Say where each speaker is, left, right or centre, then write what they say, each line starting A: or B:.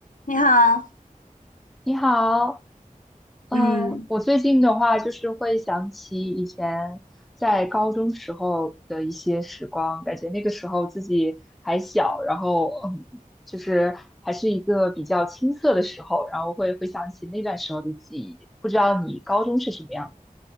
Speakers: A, on the left; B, in the centre.
A: 你好，
B: 你好，呃，
A: 嗯，
B: 我最近的话就是会想起以前在高中时候的一些时光，感觉那个时候自己还小，然后嗯，就是还是一个比较青涩的时候，然后会回想起那段时候的记忆。不知道你高中是什么样的